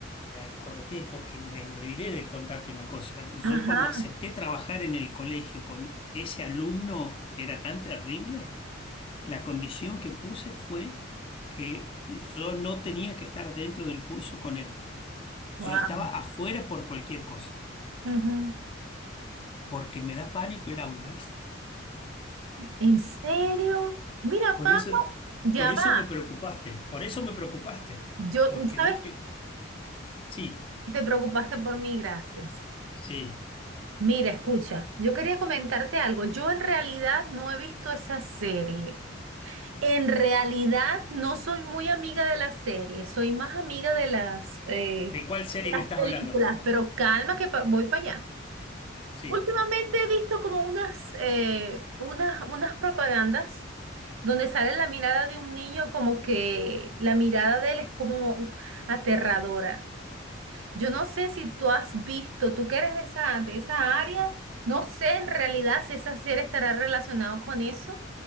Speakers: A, on the left; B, on the right.
A: me acordé porque me olvidé de contarte una cosa. Yo
B: Ajá.
A: cuando acepté trabajar en el colegio con ese alumno que era tan terrible, la condición que puse fue que yo no tenía que estar dentro del curso con él.
B: Wow.
A: Yo estaba afuera por cualquier cosa,
B: <gasps>
A: porque me da pánico el aula. <laughs>
B: ¿En serio? Mira,
A: Por
B: Pablo,
A: eso,
B: ya
A: por eso
B: va.
A: me preocupaste, por eso me preocupaste,
B: Yo,
A: porque
B: ¿sabes
A: dije,
B: qué?
A: sí,
B: Te preocupaste por mí, gracias.
A: sí,
B: Mira, escucha, yo quería comentarte algo. Yo en realidad no he visto esa serie. En realidad no soy muy amiga de la serie, soy más amiga de las, eh,
A: ¿de cuál serie
B: de las
A: me estás
B: películas,
A: hablando?
B: pero calma que pa- voy para allá.
A: Sí,
B: Últimamente he visto como unas, eh, unas, unas propagandas donde sale la mirada de un niño como que la mirada de él es como aterradora. Yo no sé si tú has visto, tú que eres de esa, de esa área, no sé en realidad si esa serie estará relacionado con eso,